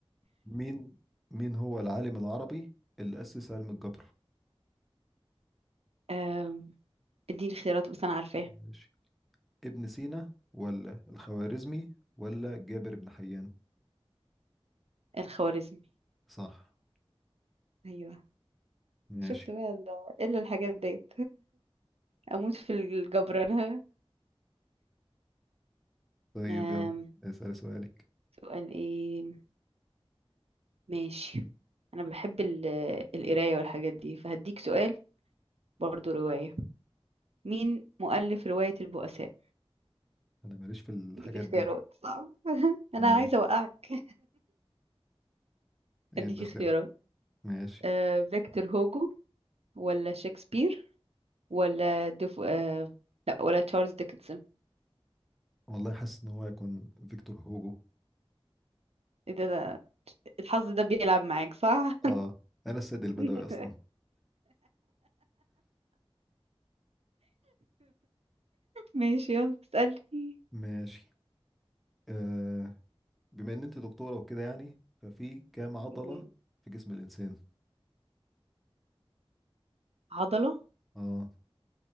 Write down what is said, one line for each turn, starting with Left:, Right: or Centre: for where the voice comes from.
Centre: مين مين هو العالم العربي اللي أسس علم الجبر
Right: آم، اديني اختيارات بس انا عارفاه
Centre: ماشي ابن سينا ولا الخوارزمي ولا جابر بن حيان
Right: الخوارزمي
Centre: صح
Right: ايوه
Centre: ماشي
Right: شفت بقى ده الا الحاجات ديت اموت في الجبر انا
Centre: طيب
Right: آم،
Centre: يلا اسأل سؤالك
Right: سؤال ايه ماشي انا بحب ال- القرايه والحاجات دي فهديك سؤال برضو روايه مين مؤلف روايه البؤساء
Centre: انا ماليش في الحاجات
Right: اديك اختيارات
Centre: دي
Right: صعب <laughs> انا
Centre: ماشي
Right: عايزه اوقعك
Centre: ايه
Right: هديك
Centre: اللي اختار
Right: اختيارات
Centre: ماشي
Right: آه، فيكتور هوجو ولا شكسبير ولا دف... آه، لا ولا تشارلز ديكنسون
Centre: والله حاسس ان هو هيكون فيكتور هوجو
Right: ايه ده ده- الحظ ده بيلعب معاك صح
Centre: اه انا السيد البدوي
Right: <laughs>
Centre: اصلا
Right: ماشي يلا اسألني
Centre: ماشي آه بما ان انت دكتورة وكده يعني ففي كام عضلة
Right: مم.
Centre: في جسم الانسان
Right: عضلة
Centre: اه